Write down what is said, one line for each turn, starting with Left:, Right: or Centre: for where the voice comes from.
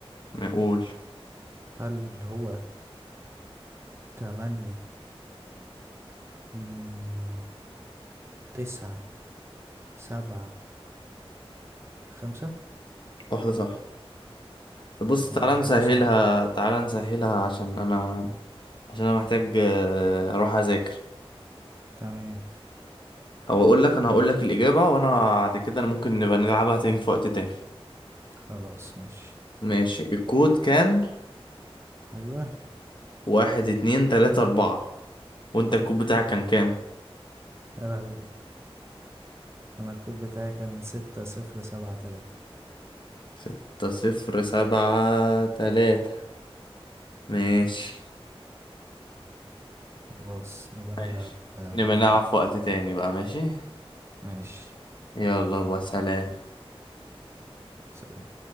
Left: نقول
Right: هل هو تمانية مم... تسعة سبعة خمسة
Left: واحدة صح طب بص تعالى
Right: واحدة
Left: نسهلها
Right: صح
Left: تعالى نسهلها عشان انا عشان انا محتاج آه، اروح اذاكر
Right: تمام
Left: او اقول لك انا هقول
Right: آه،
Left: لك الاجابة وانا بعد كده ممكن نبقى نلعبها تاني في وقت تاني
Right: خلاص ماشي
Left: ماشي الكود كان
Right: ايوه
Left: واحد اتنين تلاتة اربعة وانت الكود بتاعك كان كام
Right: يا لهوي انا الكود بتاعي كان ستة صفر سبعة تلاتة
Left: ستة صفر سبعة تلاتة ماشي
Right: خلاص نبقى نلعب
Left: ماشي
Right: آه،
Left: نبقى
Right: بعدين
Left: نلعب في وقت تاني بقى ماشي
Right: ماشي
Left: يلا بقى سلام
Right: سلام